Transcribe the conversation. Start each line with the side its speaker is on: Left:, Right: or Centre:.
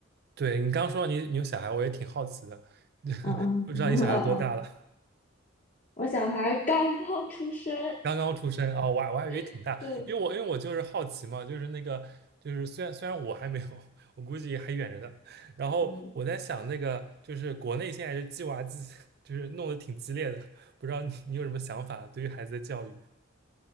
Right: 对你刚刚说到你你有小孩，我也挺好奇的，<laughs>
Left: 嗯嗯嗯嗯嗯，
Right: 不知道你小孩多大了？
Left: 我小孩刚刚出生，
Right: 刚刚出生啊，我还我还以为挺大，
Left: <laughs> 对，
Right: 因为我因为我就是好奇嘛，就是那个就是虽然虽然我还没有，<laughs> 我估计还远着呢。然后我在想那个就是国内现在就鸡娃鸡就是弄得挺激烈的，
Left: 嗯。
Right: 不知道你你有什么想法对于孩子的教育